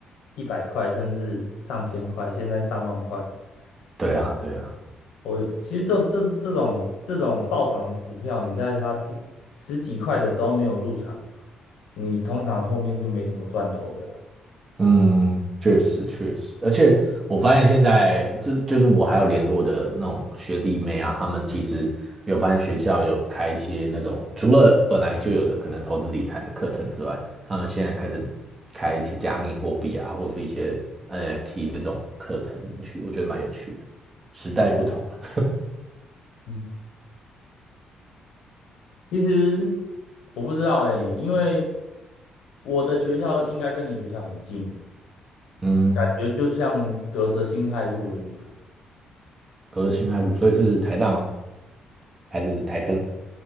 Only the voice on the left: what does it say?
一百块，甚至上千块，现在上万块。
对
我其实这这这种这种暴涨的股票，你在它第十几块的时候没有入场，你通常后面就没什么赚头了啦
嗯其实我不知道诶，因为我的学校应该跟你学校很近，
感觉就像隔着辛亥路而已啦